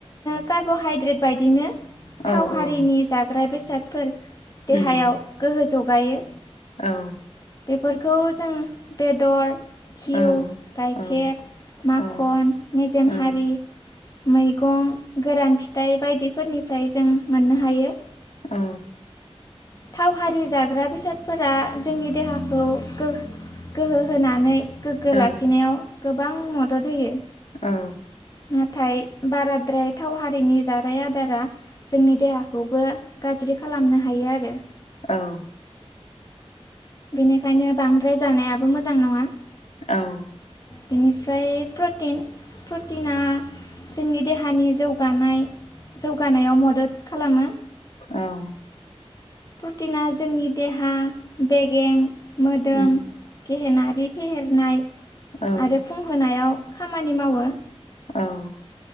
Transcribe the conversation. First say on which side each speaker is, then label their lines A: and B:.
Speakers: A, on the left (about 35°); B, on the left (about 80°).
A: कार्ब'हाइद्रेट बायदिनो
B: औ
A: थाव हारिनि
B: औ
A: जाग्रा बेसादफोर देहायाव
B: उम
A: गोहो जौ जगायो
B: औ
A: बेफोरखौ जों बेदर घिउ
B: औ
A: गाइखेर
B: औ
A: माखन
B: औ
A: मेजेम
B: औ
A: हारि मैगं गोरान फिथाइ बायदि फोरनिफ्राय जों मोननो हायो
B: औ
A: थाव हारि जाग्रा बेसादफोरा जोंनि देहाखौ गो गोहो होनानै गोग्गो
B: औ
A: लाखिनायाव गोबां मदद होयो
B: औ
A: नाथाय बाराद्राय थाव हारिनि जानाय आदारा जोंनि देहाखौबो गाज्रि खालामनो हायो आरो
B: औ
A: बेनिखायनो बांद्राय जानायाबो मोजां नङा
B: औ
A: बिनिफ्राय प्रटिन प्रटिना जोंनि देहा हानि जौगानाय जौगानायाव मदद खालामो
B: औ
A: प्रटिना जोंनि देहा बेगें मोदोम
B: उम
A: गहेनाथ बिदि फेहेरनाय
B: औ
A: आरो फुं होनायाव खामानि मावो
B: औ